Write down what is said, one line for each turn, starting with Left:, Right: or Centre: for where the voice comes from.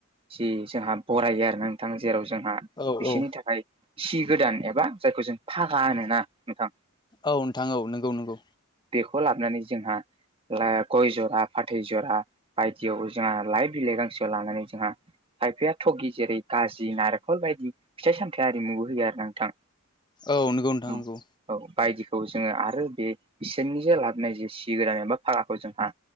Right: जि जोंहा बरायो आरो नोंथां जेराव जोंहा
Left: औ
Right: बिसोरनि
Left: औ
Right: थाखाय सि गोदान एबा जायखौ जों फागा होन ना नोंथां
Left: औ नोंथां औ नोंगौ नोंगौ
Right: बेखौ लाबोनानै जोंहा <unintelligible> गय जरा फाथै जरा बायदियाव जोंहा लाइ बिलाइ गांसोआव लानानै जोंहा खायफाया थगि जेरै गाजि नारेंखल बायदि फिथाइ सामथायाइ आरिमु होयो आरो ना नोंथां
Left: औ नंगौ नोंथां
Right: औ
Left: नंगौ
Right: औ बायदिखौ जोङो आरो बे बिसोरनि जे लाबोनाय जे सि गोदान एा फाराखौ जोंहा